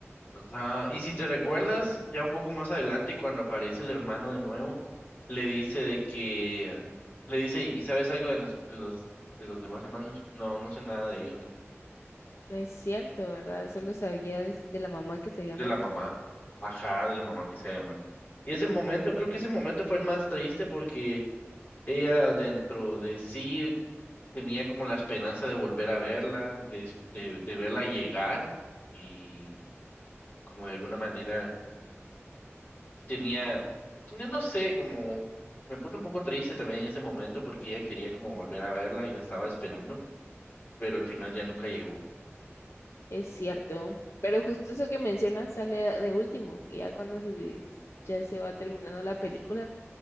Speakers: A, on the left (about 40°); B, on the left (about 65°).
A: Ajá, y si te recuerdas, ya un poco más adelante, cuando aparece el hermano de nuevo, le dice de que, le dice, ¿y sabes algo de, nos- de los de los demás hermanos? No, no sé nada de ellos, le-
B: No es cierto, ¿verdad? Solo sabía des- de la mamá que se había
A: de
B: muerto.
A: la mamá, ajá, de la mamá que se había muerto. Y ese momento, creo que ese momento fue el más triste porque ella dentro de sí tenía como la esperanza de volver a verla, de, es- de, de verla llegar y como de alguna manera tenía, tenía, no sé, como me puse un poco triste también en ese momento porque ella quería como volver a verla y la estaba esperando, pero al final ya nunca llegó.
B: Es cierto, pero justo eso que mencionas sale de último, ya cuando se, des- ya se va terminando la película,